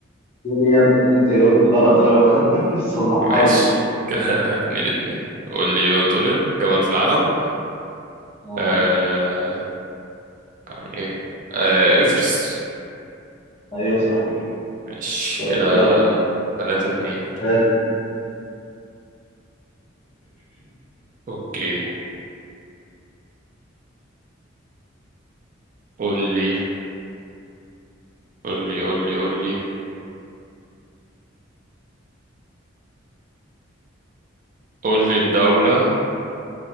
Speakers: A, on the left; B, on the right.
A: يا ابني يا ابني أنت جاوبت غلط وأنا بصلحها
B: ماشي
A: <laughs>
B: كده <laughs> اتنين اتنين قول لي بقى بتقول ايه جبل في العالم
A: اه
B: آه... كان ايه آه... ايفرست
A: ايوه صح كده
B: ماشي
A: طيب
B: كده
A: يلا
B: تلاتة اتنين
A: ثلاثة
B: اوكي قول لي قول لي قول لي قول لي قول لي الدولة